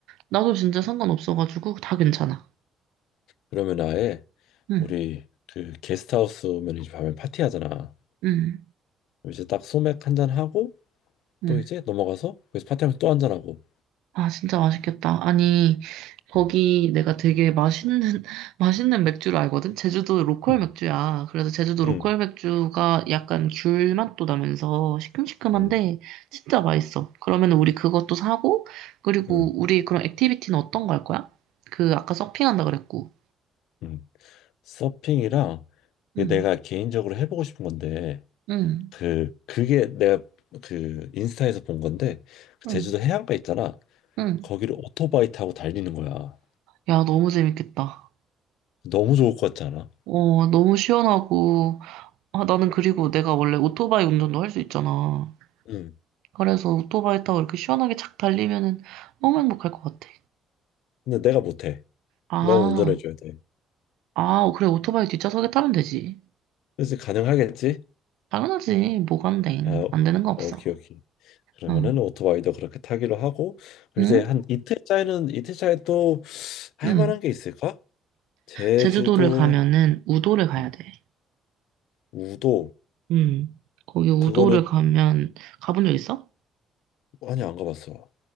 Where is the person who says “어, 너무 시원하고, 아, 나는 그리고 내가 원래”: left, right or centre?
Right